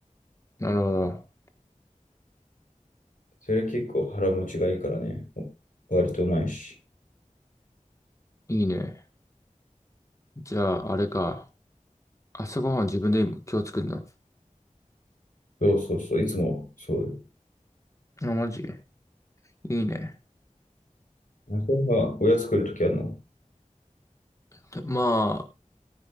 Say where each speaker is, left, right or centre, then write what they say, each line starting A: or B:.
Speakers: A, on the left; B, on the left.
A: なるほど。
B: それ結構腹持ちがいいからね。割とうまいし。
A: いいね。じゃあ、あれか。朝ごはんは自分で今日作るの
B: そうそうそう。いつもそうだ
A: あ、マジいいね。
B: よ。朝はおやつ作るときあるの
A: まあ、